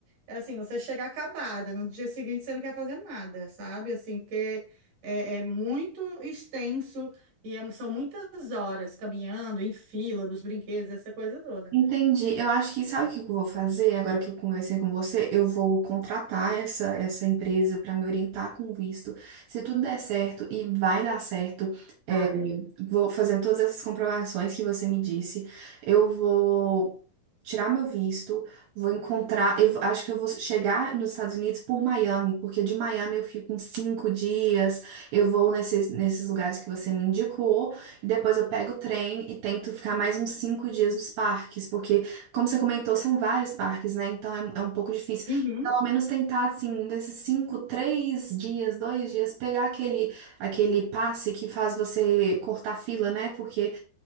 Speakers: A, on the right; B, on the right.
A: É assim, você chega acabada, no dia seguinte você não quer fazer nada, sabe? Assim, porque é, é muito extenso e é- são muitas horas caminhando em fila dos brinquedos, essa coisa toda.
B: Entendi. Eu acho que sabe o que eu vou fazer agora que eu conversei com você? Eu vou contratar essa, essa empresa para me orientar com o visto. Se tudo der certo, e vai dar certo, é,
A: Vai.
B: vou fazendo todas essas comprovações que você me disse. Eu vou tirar meu visto, vou encontrar. Eu vou- acho que eu vou chegar nos Estados Unidos por Miami, porque de Miami eu fico uns cinco dias. Eu vou nesses, nesses lugares que você me indicou, e depois eu pego o trem e tento ficar mais uns cinco dias nos parques, porque, como você comentou, são vários parques, né? Então é, é um pouco difícil.
A: Uhum,
B: Pelo menos tentar, assim, um desses cinco, três dias, dois dias, pegar aquele. Aquele passe que faz você cortar fila, né? Porque